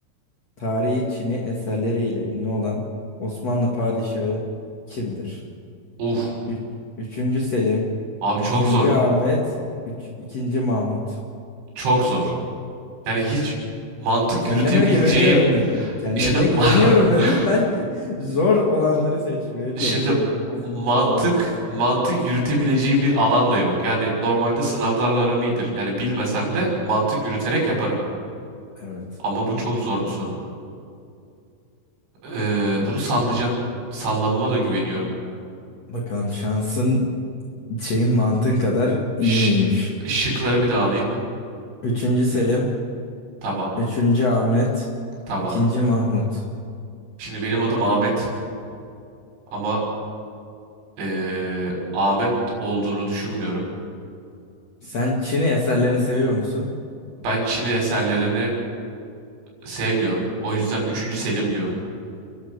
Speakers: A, on the left; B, on the right.
A: tarihi Çin'i eserleriyle ünlü olan Osmanlı padişahı kimdir?
B: Uh.
A: Üç, üçüncü Selim,
B: Abi çok
A: üçüncü
B: zor.
A: Ahmet, üç, ikinci Mahmut.
B: Çok zor. Yani hiç mantık
A: Kendime
B: yürütebileceğim
A: güveniyorum dedim. Kendine
B: şimdi ma-
A: güveniyorum dedim.
B: <laughs>
A: Ben zor olanları seçmeye çalışıyorum.
B: şimdi
A: Azmadığım
B: mantık
A: sorular arasında.
B: mantık yürütebileceğim bir alan da yok. Yani normalde sınavlarla aram iyidir. Yani bilmesem
A: <laughs> Hı hı.
B: de mantık yürüterek yaparım.
A: Evet.
B: Ama bu çok zor bir soru. Ee, bunu sallayacağım. Sallamama da güveniyorum.
A: Bakalım şansın şeyin mantığın kadar iyi
B: Ş
A: miymiş?
B: şıkları bir daha alayım.
A: Üçüncü Selim,
B: Tamam,
A: üçüncü Ahmet,
B: tamam.
A: ikinci Mahmut.
B: Şimdi benim adım Ahmet ama ee, Ahmet olduğunu düşünmüyorum.
A: Sen Çin eserlerini seviyor musun?
B: Ben Çin eserlerini sevmiyorum. O yüzden üçüncü Selim diyorum.